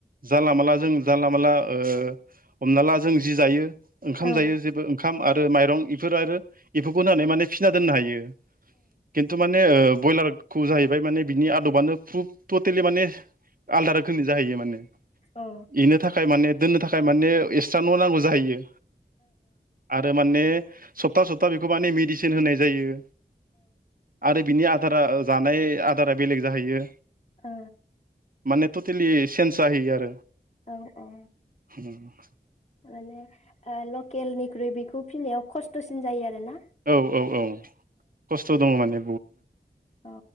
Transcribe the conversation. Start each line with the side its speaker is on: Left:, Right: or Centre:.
Right: जानला माला जों जानला-मानला ओ हमना ला जों जि जायो ओंखाम
Left: ओ
Right: जायो जेबो ओंखाम आरो माइरं बेफोर आरो बेफोरखौ होनानै माने फिना दोननो हायो। खिन्थु माने ओ बयलारखौ जाहैबाय माने बिनि आदबानो फ्रुफ टटेलि माने आलदा रोखोमनि जाहैयो माने
Left: औ
Right: एनो थाखाय माने दोननो थाखाय माने एस <unintelligible> न' नांगौ जाहैयो। आरो माने सप्ता-सप्ता बेखौ माने मिदिसिन होनाय जायो। आरो बिनि आदारा जानाय आदारा बेलेग जाहैयो।
Left: ओ।
Right: माने टटेलि चेन्ज जाहैयो आरो।
Left: औ औ।
Right: <inaudible>
Left: माने ओ लक खेलनिख्रुइ बेखौ फिनायाव खस्थ'सिन जायो आरो ना?
Right: औ औ औ खस्थ' दङ माने
Left: औ